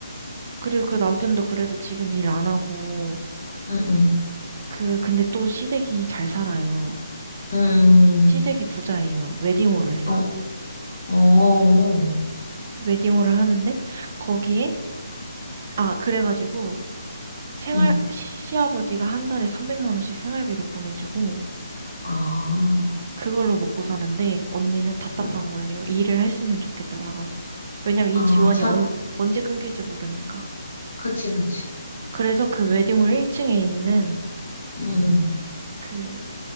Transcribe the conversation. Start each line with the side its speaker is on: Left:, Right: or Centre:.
Right: 그리고 그 남편도 그래서 지금 일 안 하고,
Left: 응, 응,
Right: 그, 근데 또 시댁이 잘 살아요.
Left: 응,
Right: 시댁이 부자예요. 웨딩홀을 해요.
Left: 응. 어, 어,
Right: 웨딩홀을 하는데, 거기에, 아, 그래가지고, 생활,
Left: 응.
Right: 시- 시아버지가 한 달에 300만 원씩 생활비를 보내주고,
Left: 아,
Right: 그걸로 먹고 사는데, 언니는 답답한
Left: 어,
Right: 거예요. 일을 했으면 좋겠다, 나가서. 왜냐면
Left: 아,
Right: 이 지원이
Left: 잘,
Right: 언, 언제 끊길지 모르니까.
Left: 그치, 그치.
Right: 그래서 그 웨딩홀 1층에 있는
Left: 응. 응.
Right: 그